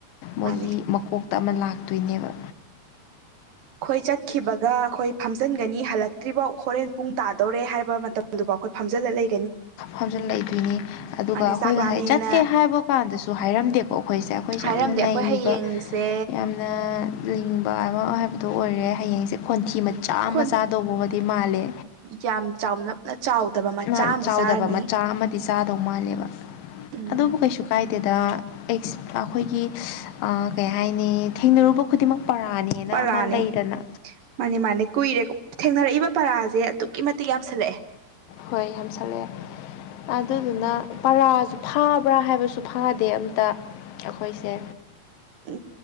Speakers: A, on the left; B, on the right.
A: ꯃꯣꯏꯒꯤ
B: ꯃꯥꯅꯦ
A: ꯃꯀꯣꯛ ꯇ ꯑꯃ ꯂꯥꯛꯇꯣꯏꯅꯦꯕ
B: ꯑꯩꯈꯣꯏ ꯆꯠꯈꯤꯕꯒ ꯑꯩꯈꯣꯏ ꯐꯝꯖꯤꯟꯒꯅꯤ ꯍꯜꯂꯛꯇ꯭ꯔꯤꯐꯥꯎ ꯍꯣꯔꯦꯟ ꯄꯨꯡ ꯇꯥ ꯇꯧꯔꯦ ꯍꯥꯏꯕ ꯃꯇꯝꯗꯨꯕꯨ ꯑꯩꯈꯣꯏ ꯐꯝꯖꯤꯜꯂ ꯂꯩ
A: ꯍꯥꯞꯖꯤꯜ ꯂꯩꯗꯣꯏꯅꯤ ꯑꯗꯨꯒ
B: ꯃꯥꯅꯦ
A: ꯑꯩꯈꯣꯏ
B: ꯆꯥꯛ
A: ꯉꯁꯥꯏ
B: ꯂꯥꯝꯃꯦꯅ
A: ꯆꯠꯀꯦ ꯍꯥꯏꯕ ꯀꯥꯟꯗꯁꯨ ꯍꯥꯏꯔꯝꯗꯦꯣ ꯀꯣ ꯑꯩꯈꯣꯏꯁꯦ ꯑꯩꯈꯣꯏꯁꯦ
B: ꯍꯥꯏꯔꯝꯗꯦ
A: ꯌꯥꯝ ꯅꯩꯕ
B: ꯑꯩꯈꯣꯏ ꯍꯌꯦꯡꯁꯦ
A: ꯌꯥꯝꯅ ꯂꯤꯡꯕ ꯑꯃ ꯍꯥꯏꯕꯗꯤ ꯑꯗꯨ ꯑꯣꯏꯔꯦ ꯍꯌꯦꯡꯁꯦ ꯈꯣꯟꯊꯤ ꯃꯆꯥ
B: ꯈꯣꯟ
A: ꯃꯆꯥ ꯇꯧꯕꯕꯨꯗꯤ ꯃꯥꯜꯂꯦ
B: ꯌꯥꯝ ꯆꯥꯎꯅꯞꯅ ꯆꯥꯎꯗꯕ ꯃꯆꯥ
A: ꯅꯍꯥꯟ
B: ꯑꯃꯗꯤ
A: ꯆꯥꯎꯗꯕ
B: ꯆꯥꯔꯅꯤ
A: ꯃꯆꯥ ꯑꯃꯗꯤ ꯆꯥꯗꯧ ꯃꯥꯜꯂꯦꯕ
B: ꯎꯝ
A: ꯑꯗꯨꯕꯨ ꯀꯩꯁꯨ ꯀꯥꯏꯗꯦꯗ ꯑꯦꯁ ꯑꯩꯈꯣꯏꯒꯤ ꯀꯩ ꯍꯥꯏꯅꯤ ꯊꯦꯡꯅꯔꯨꯕ ꯈꯨꯗꯤꯡꯃꯛ ꯄꯔꯥꯅꯦꯅ
B: ꯄꯔꯥꯅꯦ
A: ꯑꯃ ꯂꯩꯗꯅ
B: ꯃꯥꯅꯦ ꯃꯥꯅꯦ ꯀꯨꯏꯔꯦ ꯊꯦꯡꯅꯔꯛꯏꯕ ꯄꯔꯥꯁꯦ ꯑꯗꯨꯛꯀꯤ ꯃꯇꯤꯛ ꯌꯥꯝꯁꯜꯂꯛꯑꯦ
A: ꯍꯣꯏ ꯌꯥꯝꯁꯜꯂꯛꯑꯦ ꯑꯗꯨꯗꯨꯅ ꯄꯔꯥꯁꯨ ꯐꯥꯕ꯭ꯔꯥ ꯍꯥꯏꯕꯁꯨ ꯐꯥꯗꯦ ꯑꯝꯇ ꯑꯩꯈꯣꯏꯁꯦ
B: ꯎꯝ